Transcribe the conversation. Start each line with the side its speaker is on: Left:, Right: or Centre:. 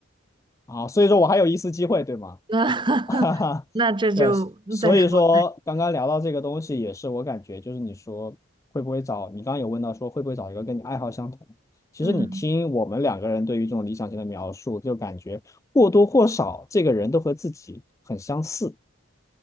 Left: 好，所以说我还有一丝机会，对吗？
Right: <laughs> 那
Left: <laughs> 哈哈，
Right: 那这就嗯再说。
Left: 对，所以说刚刚聊到这个东西，也是我感觉就是你说会不会找，你刚刚有问到说会不会找一个跟你爱好相同。其实你听我们两个人对于这种理想型的描述，
Right: 嗯
Left: 就感觉或多或少这个人都和自己很相似。